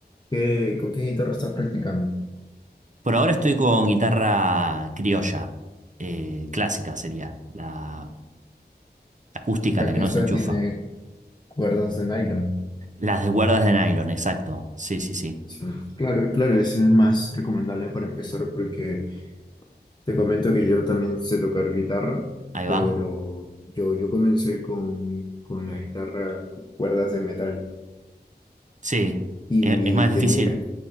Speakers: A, on the left; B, on the right.
A: ¿Qué, con qué guitarra estás practicando?
B: Por ahora estoy con guitarra criolla, eh, clásica sería, la acústica,
A: La
B: la que
A: que esta
B: no se enchufa.
A: tiene cuerdas de nylon.
B: Las de cuerdas de nylon, exacto. Sí, sí, sí.
A: Sí, claro, claro, ese es más recomendable para empezar porque Te comento que yo también sé tocar guitarra,
B: Ahí
A: pero
B: va.
A: yo, yo comencé con, con la guitarra con cuerdas de metal
B: Sí.
A: y
B: ¿Es, es más
A: tenía,
B: difícil?